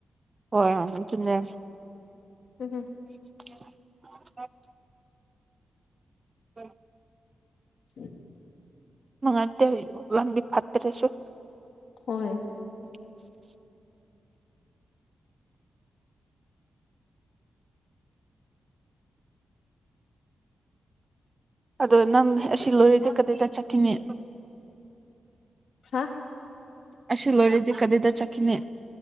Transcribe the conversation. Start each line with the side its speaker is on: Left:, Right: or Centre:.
Right: ꯍꯣꯏ ꯍ ꯑꯗꯨꯟꯅ
Left: ꯎꯝ
Right: <inaudible> ꯎꯝ
Left: ꯁ
Right: ꯃꯉꯠꯇ ꯋꯥꯟꯗꯤ ꯐꯠꯇꯔꯦꯁꯨꯣ
Left: ꯍꯣꯏ
Right: <unintelligible> ꯑꯗꯣ ꯅꯪ ꯁꯤꯜꯂꯣꯔꯤꯗ ꯀꯗꯗ ꯆꯀꯤꯅꯦ
Left: ꯍꯥ
Right: ꯑꯁꯤ ꯂꯣꯏꯔꯗꯤ ꯀꯗꯥꯏꯗ ꯆꯠꯈꯤꯅꯤ